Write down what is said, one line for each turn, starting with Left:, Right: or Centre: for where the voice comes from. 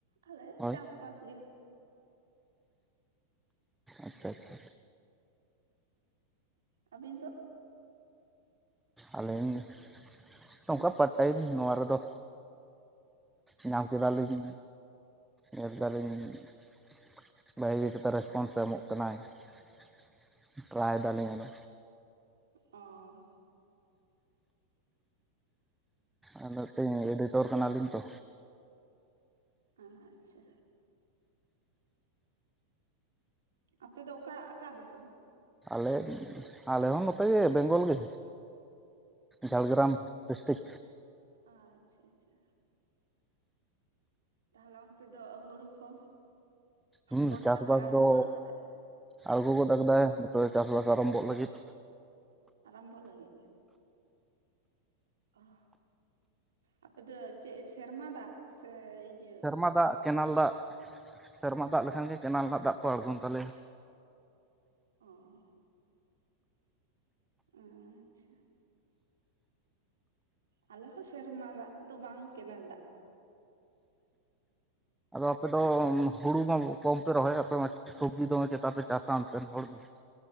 Right: ᱟᱞᱮ
Centre: ᱦᱳᱭ
Right: ᱪᱟᱥᱵᱟᱥ ᱜᱮ
Centre: ᱟᱪᱪᱷᱟ ᱟᱪᱪᱷᱟ
Right: ᱟᱹᱵᱤᱱ ᱫᱚ
Centre: ᱟᱹᱞᱤᱮᱧ <inaudible> ᱱᱚᱝᱠᱟ ᱯᱟᱨᱴ ᱴᱟᱭᱤᱢ ᱱᱚᱣᱟ ᱨᱮᱫᱚ ᱧᱟᱢ ᱠᱮᱫᱟᱞᱤᱧ ᱧᱮᱞ ᱢᱮᱱ ᱫᱟᱞᱤᱧ <inaudible> ᱵᱷᱟᱹᱜᱤᱛ ᱨᱮᱥᱯᱚᱱᱥ ᱮᱢᱚᱜ ᱠᱟᱱᱟᱭ <inaudible> ᱴᱨᱟᱭ ᱫᱟᱞᱤᱧ ᱟᱫᱚ
Right: ᱚᱸᱻ
Centre: ᱟᱨ ᱱᱚᱛᱮ ᱮᱰᱤᱴᱚᱨ ᱠᱟᱱᱟᱵᱤᱱ ᱛᱚ
Right: ᱚᱦᱚ ᱟᱪᱪᱷᱟ ᱟᱯᱮ ᱫᱚ ᱚᱠᱟ ᱟᱠᱟ ᱫᱤᱥᱚᱢ
Centre: ᱟᱞᱮ ᱟᱞᱮ ᱦᱚᱸ ᱱᱚᱛᱮ ᱜᱮ ᱵᱮᱝᱜᱚᱞ ᱜᱮ ᱡᱷᱟᱲᱜᱨᱟᱢ
Right: ᱚ
Centre: ᱰᱤᱥᱴᱤᱠ
Right: ᱟᱪᱪᱷᱟ ᱟᱪᱪᱷᱟ ᱛᱟᱦᱚᱞᱮ ᱚᱱᱛᱮ ᱫᱚ ᱦᱩᱲᱩ ᱠᱚ
Centre: ᱦᱩᱸ
Right: ᱵᱚᱨᱥᱟ
Centre: ᱪᱟᱥᱵᱟᱥ
Right: ᱠᱚᱭ ᱟᱬᱜᱚ
Centre: ᱫᱚ
Right: ᱜᱚᱫ ᱠᱟᱫᱟ
Centre: ᱟᱬᱜᱚ ᱜᱚᱫ ᱠᱟᱫᱟᱭ ᱱᱚᱛᱮ ᱫᱚ ᱪᱟᱥᱵᱟᱥ ᱟᱨᱚᱢᱵᱚᱜᱷᱚᱜ ᱞᱟᱹᱜᱤᱫ
Right: ᱟᱨᱚᱢᱵᱚᱜ ᱞᱟᱜᱤᱜ ᱮᱢ ᱟᱯᱮ ᱫᱚ ᱪᱮᱫ ᱥᱮᱨᱢᱟ ᱫᱟᱜ ᱥᱮ ᱤᱭᱟᱹ
Centre: ᱢᱟ ᱫᱟᱜ ᱠᱮᱱᱮᱞ ᱫᱟᱜ ᱥᱮᱨᱢᱟ ᱫᱟᱜ ᱞᱮᱠᱷᱟᱱ ᱜᱮ ᱠᱮᱱᱮᱞ ᱨᱮᱱᱟᱜ ᱫᱟᱜ ᱠᱚ ᱟᱬᱜᱳᱚᱱ ᱛᱟᱞᱮᱭᱟ
Right: ᱚᱦᱚ ᱟᱸᱪᱪᱷᱟ ᱟᱞᱮ ᱦᱚᱸ ᱥᱮᱨᱢᱟ ᱫᱟᱜ ᱫᱚ ᱵᱟᱝ ᱠᱮᱱᱮᱞ ᱫᱟᱜ
Centre: ᱟᱫᱚ ᱟᱯᱮᱫᱚ ᱦᱩᱲᱩ ᱢᱟ ᱠᱚᱢᱯᱮ ᱨᱚᱦᱚᱭ ᱟᱯᱮ ᱢᱟ ᱥᱚᱵᱽᱡᱤ ᱫᱚᱢᱮ ᱪᱮᱛᱟ ᱯᱮ ᱪᱟᱥᱟ ᱚᱱᱛᱮᱱ ᱦᱚᱲ ᱫᱚ